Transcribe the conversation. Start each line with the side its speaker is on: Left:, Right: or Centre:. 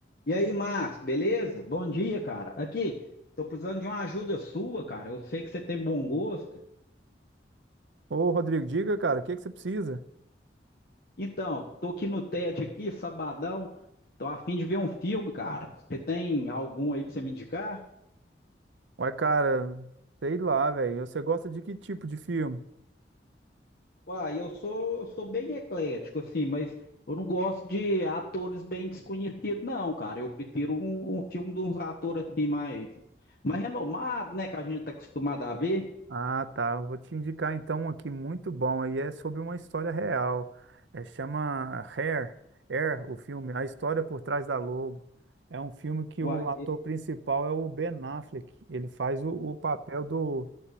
Left: E aí, Márcio, beleza? Bom dia, cara. Aqui, tô precisando de uma ajuda sua, cara. Eu sei que você tem bom gosto.
Right: Ô, Rodrigo, diga, cara, o que que você precisa?
Left: Então, tô aqui no TED aqui, sabadão. Tô a fim de ver um filme, cara. Você tem algum aí pra você me indicar?
Right: Ué, cara, sei lá, velho. Você gosta de que tipo de filme?
Left: Uai, eu sou, eu sou bem eclético, assim, mas eu não gosto de atores bem desconhecidos, não, cara. Eu prefiro um, um filme de uns atores assim mais, mais renomados, né? Que a gente tá acostumado a ver.
Right: Ah, tá. eu Vou te indicar então um aqui muito bom. E é sobre uma história real. É, chama Hair, Air, o filme, A História por Trás da Logo. É um filme que
Left: Uai,
Right: o ator principal é o Ben Affleck. Ele faz o, o papel do